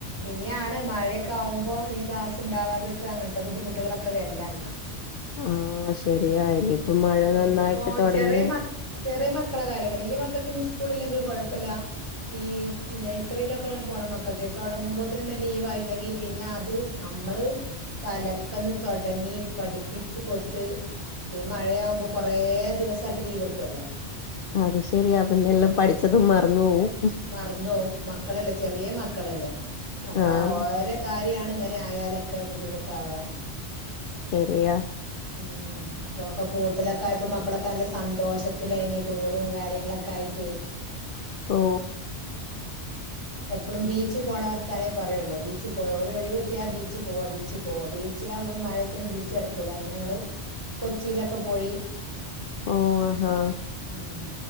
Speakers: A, on the right; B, on the left.
A: ഇനിയാണ് മഴയൊക്കെ ആകുമ്പോ ഇനി ക്ലാസ് ഉണ്ടാവാതൊക്കെ അങ്ങനത്തെ ബുദ്ധിമുട്ടുകളൊക്കെ വരില്ല എന്നാ
B: ആഹ ശരിയാ ഇനിയിപ്പ മഴ നന്നായിട്ട്
A: ഇപ്പൊ
B: തുടങ്ങിയാ
A: ചെറിയ മക് ചെറിയ മക്കളെ കാര്യമാണ് വലിയ മക്കൾക്ക ഇ സ്കൂളല്ലെങ്കിൽ കുഴപ്പില്ല ഈ നഴ്സറിയിലൊക്കെ പോണം തുടങ്ങുമ്പോ ലീവണ്ടെങ്ക പിന്നെ അത് നമ്മള് തലക്ക ഇങ്ങി പഠിപ്പിച്ചച്ച് കൊടുത്ത് ഇത് മഴയാവുമ്പോ കൊറേ ദിവസമായിട്ട് ലീവ് വെക്കുവല്ലോ
B: അത് ശെരിയാ പിന്നെ എല്ലാം പഠിച്ചതും മറന്നു പോവും
A: മറന്നോ മക്കളല്ലേ ചെറിയ മക്കളല്ലേ അപ്പൊ
B: ആഹ്
A: ഓര കാര്യാണ് ഇങ്ങനെ ആയാലൊക്കെ ബുദ്ധിമുട്ടാവാ
B: ശരിയാ
A: ഉം ഇപ്പൊക്കെ കൂട്ടലൊക്കെ ആയപ്പോ മക്കളൊക്കെ നല്ല സന്തോഷത്തിലതി ടൂറും കാര്യങ്ങളൊക്കെ ആയി ട്ട
B: ഓ
A: എപ്പോഴും ബീച്ച് പോണവർത്താനെ പറയുള്ളൂ ബീച്ചിൽ പോയാ ഓരോ ഒഴിവിട്ടിയ ആ ബീച്ചിൽ പോവാ ബീച്ചിൽ പോവാ ബീ ബീച്ചിലാകുമ്പോ ഈ മഴയത്തൊന്നും ബീച്ച് അടക്കൂല അങ്ങനെ ഞങ്ങള് കൊച്ചിയിലൊക്കെ പോയി
B: ഓ ആഹാ
A: ഉം